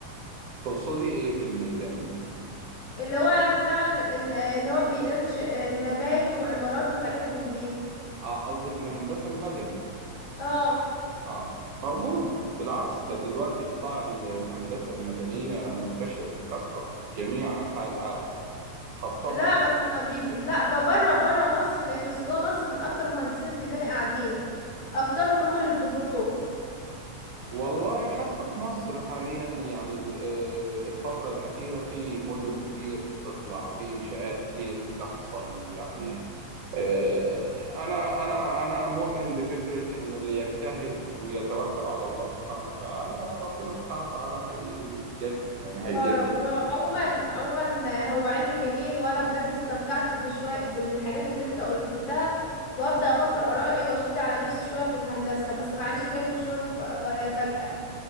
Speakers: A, on the right; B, on the left.
A: تقصدي إيه بالميداني؟
B: اللي هو بتاع ال- ال- اللي هو بينشئ مباني وعمارات وحاجات من دي
A: آه قصدك الهندسة المدني
B: اه
A: آه موجود بالعكس ده دلوقتي قطاع ال- الهندسة المدنية منتشر بكثرة في جميع أنحاء العالم خاصة
B: لا بس ما بي... لا ب- بره بره مصر ماشي بس جوه مصر اكتر مهندسين الميداني قاعدين اكترهم راحوا للبترول
A: والله حتى في مصر حاليا يعني آه، الفترة الأخيرة في مدن كتير بتطلع وفي إنشاءات كتير بتحصل يعني آه، أنا أنا أنا مؤمن بفكرة إنه اللي يجتهد ويتوكل على الله سبحانه وتعالى ربنا سبحانه وتعالى هيجازي يعني
B: يا
A: هيجازي
B: رب برافو. عموما عموما هو علم جميل وانا بجد استمتعت بشوية بالحاجات اللي انت قلتها وهبدأ افكر ارائي واشد على نفسي شوية في الهندسة بس معلش جالي مشوار ف- ف- فجأة